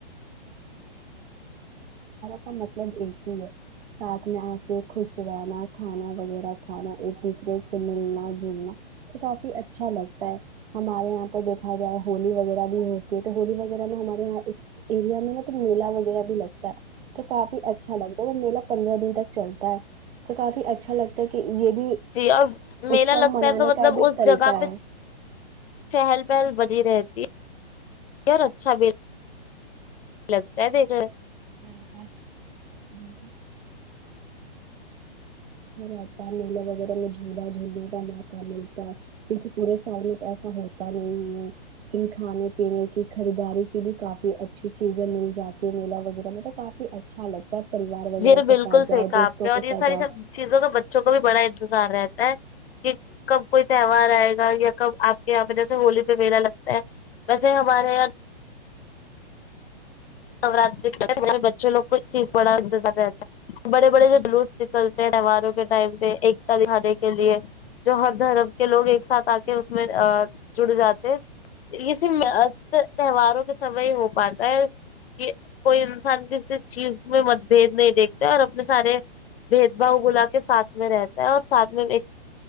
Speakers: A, on the right (about 70°); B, on the left (about 65°).
A: کا مطلب ایک ہی ہے ساتھ میں آ کے خوش رہنا کھانا وغیرہ کھانا ایک دوسرے سے ملنا تو کافی اچھا لگتا ہے ہمارے یہاں پر دیکھا جائے ہولی وغیرہ بھی ہوتی ہے تو ہولی وغیرہ میں ہمارے یہاں ایک انڈیا میں نہ تو میلا وغیرہ بھی لگتا ہے تو کافی اچھا لگتا ہے وہ میلہ پندرہ دن تک چلتا ہے تو کافی اچھا لگتا ہے کہ یہ بھی
B: جی اور میلا
A: اتسو
B: لگتا
A: منانے
B: ہے تو مطلب
A: کا بھی
B: اس
A: ایک طریقہ
B: جگہ پہ
A: ہے
B: چہل پہل بنی رہتی ہے اور اچھا بھی لگتا ہے دیکھنے
A: <unintelligible> اور رہتا میلاے وغیرہ میں جھولا جھولنے کا موقع ملتا ہے کیونکہ پورے سال میں ایسا ہوتا نہیں ہے کی کھانے پینے کی خریداری کی بھی کافی اچھی چیزیں مل جاتی ہیں میلا وغیرہ تو کافی اچھا لگتا ہے پریوار وغیرہ
B: جی بالکل
A: کے سھ
B: صحیح
A: جاؤ
B: کہا
A: دوستوں
B: آپ نے اور
A: کے
B: یہ
A: سھ
B: ساری
A: جاؤ
B: سب چیزوں کا بچوں کو بھی بڑا انتظار رہتا ہے کی کب کوئی تہوار آئے گا یا کب آپ کے یہاں پہ جیسے ہولی پہ میلہ لگتا ہے ویسے ہمارے یہاں نوراتری میں بچے لوک اس چیز بڑا انتظار رہتا ہے بڑے بڑے جلوس نکلتے ہیں تہواروں کے ٹائم پہ ایکتا دکھانے کے لیے جو ہر دھرم کے لوگ ایک ساتھ آ کے اس میں جڑ جاتے یہ صرف تہواروں کے سمئے ہی ہو پاتا ہے کہ کوئی انسان کسی چیز میں مت بھید نہیں دیکھتے اور اپنے سارے بھید بھؤ بلا کے ساتھ میں رہتا ہے اور ساتھ میں ایک